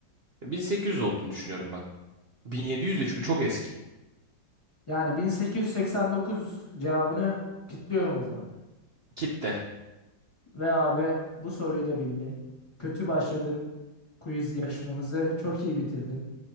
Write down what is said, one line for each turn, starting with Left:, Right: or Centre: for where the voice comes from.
Right: E, 1800 olduğunu düşünüyorum ben. 1700 de çünkü çok eski.
Left: Yani 1889 cevabını kilitliyorum o zaman.
Right: Kitle.
Left: Ve abi bu soruyu da bildin. Kötü başladın quiz yarışmamızı çok iyi bitirdin